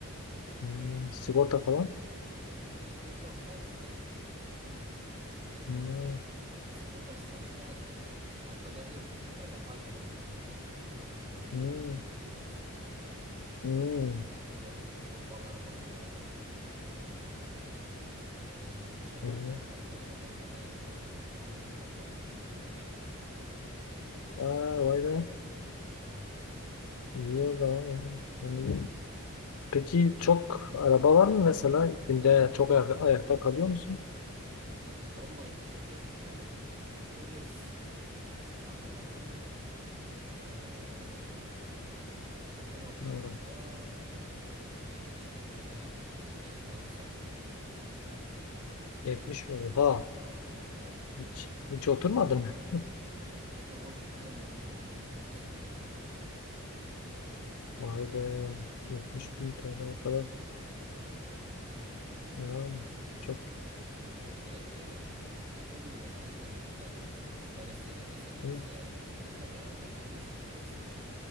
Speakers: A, on the left; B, on the right.
A: Hı. Sigorta falan?
B: Sigorta var işte. Sigortalı.
A: Hı.
B: Sigortası çalıştıramaz ki. Haftada bir HDK geliyor yani petrol düzenleyici,
A: Hı.
B: denetleyicisi.
A: Hı.
B: Gelip pompaları kontrol ediyor, litreyi kontrol ediyor. Ee, çalışma
A: Hı.
B: şartlarını kontrol ediyor. Çalışanların sigortasını kontrol ediyor.
A: Aa, vay be.
B: He.
A: İyi o zaman. Hı. Peki çok araba var mı mesela? Günde çok ay- ayakta kalıyor musun?
B: Vallahi gece en böyle s- hatırladığım ka- ee, gece vardiyasında
A: Hmm,
B: 70 bin TL'lik şey mazot satmıştık.
A: 70 oha.
B: He he.
A: Hiç, hiç oturmadın mı?
B: İşte o gün en yoğun olduğumuz gün <laughs> öldük.
A: Vay be. 70 bin TL falan. Yani çok.
B: Petrolde de şöyle şu şu mekanizma dönüyor zaten. Veresiye vermezsen kimse
A: Hı.
B: o pe- yani o petrolü işletemezsin.